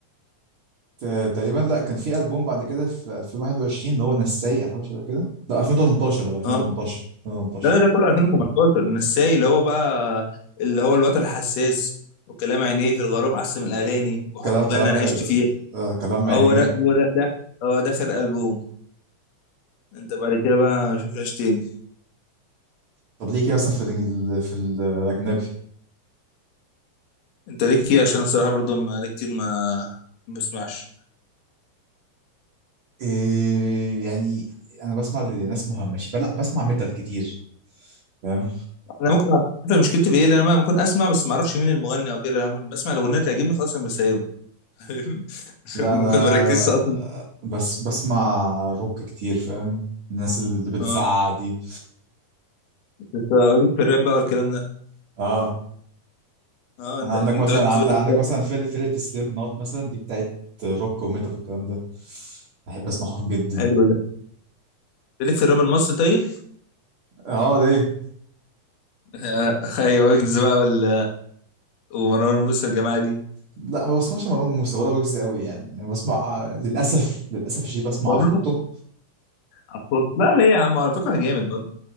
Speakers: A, on the right (about 50°); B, on the left (about 65°).
A: ت- تقريبا لا كان في ألبوم بعد كده في 2021 اللي هو نساي أو حاجة شبه كده لا 2018 اه 2018
B: اه
A: 2018
B: لا لا ده كله 2018 نساي اللي هو بقى اللي هو الوتر الحساس وكلام عينيه في الغرام احسن من الاغاني وحب
A: كلام كلام
B: جنه انا
A: آه،
B: عشت فيها
A: آه، كلام يعني
B: هو ده هو ده ده هو ده اخر البوم انت بعد كده بقى ما شفناش تاني
A: طب ليه كده مثلا في الإنجل... في الأجنبي
B: انت ليك ايه عشان الصراحه برضو بقالي كتير ما ما بسمعش
A: إيه يعني أنا بسمع لناس مهمشة لا بسمع ميتال كتير فاهم
B: انا ممكن أعرف مشكلتي في ايه لان انا ممكن اسمع بس ما اعرفش مين المغني او كده أنا بسمع الاغنيه تعجبني خلاص انا مسايبها <laughs>
A: لا
B: ممكن
A: أنا
B: ما اركزش اصلا
A: بس بسمع روك كتير فاهم الناس اللي بتزعق
B: آه.
A: دي
B: كنت اقول لك في الراب بقى والكلام ده
A: <laughs> اه
B: اه
A: يعني
B: انت
A: عندك
B: اكيد
A: مثلا
B: تقعد
A: عند
B: تقعد-
A: عندك مثلا فرق فرقة سليب نوت مثلا دي بتاعت روك وميتال والكلام ده بحب اسمعهم جدا
B: حلو ده ليك في الراب المصري طيب
A: اه ليه
B: آه، <laughs> ايوه ويجز بقى وال... ومروان موسى والجماعه دي
A: لا ما بسمعش مروان موسى ولا ويجز قوي يعني انا بسمع آه، للاسف للاسف شيء بسمع
B: بابلو
A: عفروتو
B: أخوك. لا ليه يا عم على فكره جامد برضه